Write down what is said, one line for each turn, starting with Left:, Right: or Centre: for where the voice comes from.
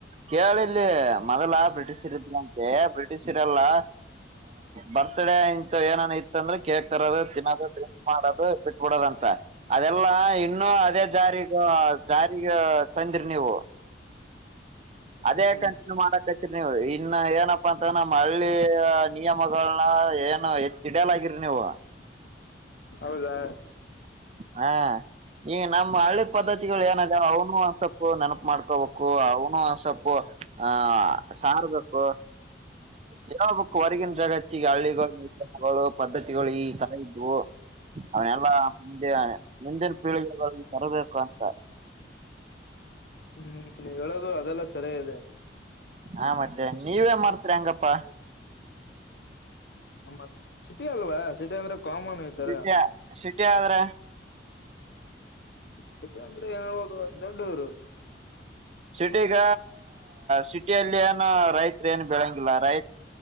Right: ಕೇಳಿಲ್ಲಿ ಮೊದಲ ಬ್ರಿಟಿಷರ್ ಇದ್ರಂತೆ ಬ್ರಿಟಿಷರೆಲ್ಲಾ. ಬರ್ತ್ಡೇ ಇಂತ ಏನನ್ ಇತ್ತಂದ್ರೆ ಕೇಕ್ ತರೋದು ತಿನ್ನೋದು ಡ್ರಿಂಕ್ ಮಾಡೋದು ಬಿಟ್ಬಿಡೋದಂತ. ಅದೆಲ್ಲ ಇನ್ನುೂ ಅದೇ ಜಾರಿಗ ಜಾರಿಗ ತಂದಿರಿ ನೀವು. ಅದೇ
Left: ಹ್ಮ್
Right: ಕಂಟಿನ್ಯೂ ಮಾಡಕ ರಿ ನೀವು ಇನ್ನ ಏನಪ್ಪಾ ಅಂತ ನಮ್ಮ ಹಳ್ಳಿ ನಿಯಮಗಳ್ನ ಏನು ಎತ್ತಿಡಿಯಲಾಗಿರಿ ನೀವು
Left: ಹೌದಾ
Right: ಹಾ ಈ ನಮ್ಮ್ ಹಳ್ಳಿ ಪದ್ದತಿಗಳು ಏನದ ಅವ್ನು ಅನ್ಸೊಪ್ಪು ನೆನಪು ಮಾಡ್ಕೋಬೇಕು ಅವನು ಒನ್ಸಪ್ಪು ಹಾ ಸಾರ್ಬಕು ಹೇಳ್ಬೇಕ ಹೊರಗಿನ ಜಗತ್ತಿಗೆ ಹಳ್ಳಿಗಳು ಪದ್ಧತಿಗಳು ಈ ತರ ಇದ್ವು ಅವನೆಲ್ಲಾ ಮುಂದೆ ಮುಂದಿನ ಪೀಳಿಗೆಗೆ ತರಬೇಕು ಅಂತ
Left: ಹ್ಮ್ ನೀವ ಹೇಳದು ಅದೆಲ್ಲ ಸರಿ ಇದೆ
Right: ಹಾ ಮತ್ತೆ ನೀವೇ ಮರ್ತರೆ ಹೆಂಗಪ್ಪಾ
Left: ನಮ್ಮತ್ ಸಿಟಿ ಅಲ್ವಾ ಸಿಟಿ ಅಂದ್ರೆ ಕಾಮನ್ ಈತರ
Right: ಸಿಟ್ಯ ಸಿಟಿ ಆದ್ರ
Left: ಸಿಟಿ ಅಂದ್ರೆ ಏನ ಹ ದೊಡ್ಡೂರು
Right: ಸಿಟಿಗ ಸಿಟಿಯಲ್ಲಿ ಏನ ರೈತ್ರ ಏನು ಬೆಳಂಗಿಲ್ಲ ರೈತ್